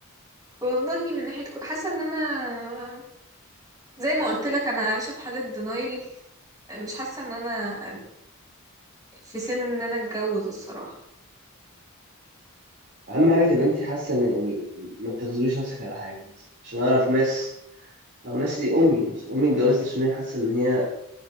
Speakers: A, on the right; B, on the right.
A: والله من ناحية كو- حاسة إن أنا زي ما قلت لك أنا عايشة في حالة دينايل مش حاسة إن أنا في سن ان انا اتجوز الصراحة
B: اهم حاجه تبقى انت حاسه ان يعني ما تغزليش نفسك على حاجه مثلا عشان اعرف ناس او ناسي امي مثلا امي اتجوزت عشان هي حاسه ان هي